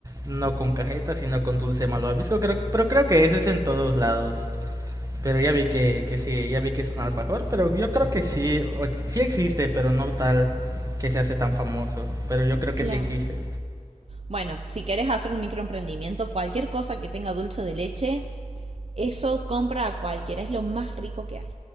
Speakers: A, on the right (about 25°); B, on the right (about 50°).
A: no con cajeta, sino con dulce malvavisco. Creo, pero creo que ese es en todos lados. Pero ya vi que, que sí, ya vi que es un alfajor, pero yo creo que sí, sí existe, pero no tal que se hace tan famoso, pero yo creo que
B: Claro.
A: sí existe.
B: Bueno, si querés hacer un microemprendimiento, cualquier cosa que tenga dulce de leche, eso compra a cualquiera, es lo más rico que hay.